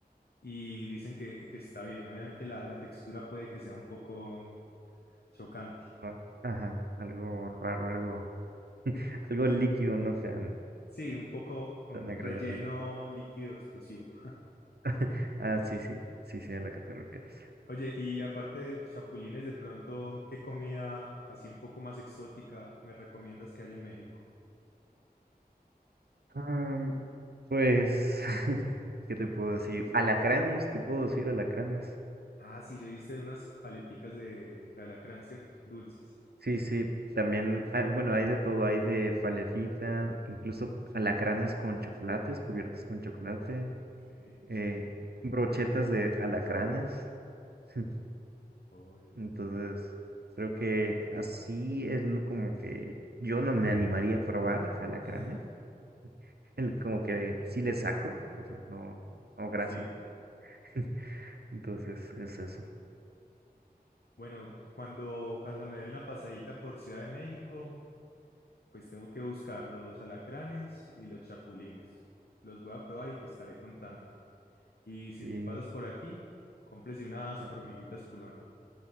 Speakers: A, on the left (about 75°); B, on the right (about 80°).
A: y dicen que, que está bien. Obviamente la, la textura puede que sea un poco chocante.
B: ra- Ajá. Algo raro, algo, <laughs> algo líquido, no tan,
A: Sí, un poco con
B: tan agradable.
A: relleno líquido explosivo.
B: <laughs> Ah, sí, sí. Sí, sí, a la que te refieres.
A: Oye, y aparte de chapulines, de pronto, ¿qué comida así un poco más exótica me recomiendas que haya en México?
B: Am, pues, <laughs> ¿qué te puedo decir? Alacranes, te puedo decir alacranes.
A: Ah, sí, yo viste unas paleticas de, de alacrán, ¿cierto? Dulces.
B: Sí, sí. También, ah, bueno, hay de todo, hay de paletitas, incluso alacranes con chocolates, cubiertos con chocolate,
A: Ok.
B: eh, brochetas de alacranes. <laughs>
A: Oy.
B: Entonces, creo que así es lo como que yo no me animaría a probar alacranes.
A: <laughs>
B: <laughs> El, como que sí le saco, o sea, no, no, gracias.
A: Sí.
B: <laughs> Entonces, es eso.
A: Bueno, cuando, cuando me dé una pasadita por Ciudad de México, pues tengo que buscar los alacranes y los chapulines. Los voy a probar y te estaré contando. Y si
B: Sí,
A: te pasas por aquí, cómprese unas
B: ah,
A: hormiguitas culonas.